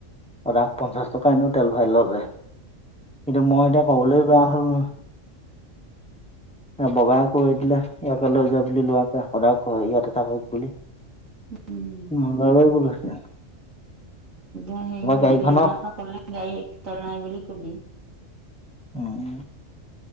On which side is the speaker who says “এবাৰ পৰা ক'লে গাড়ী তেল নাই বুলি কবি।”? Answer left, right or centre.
Right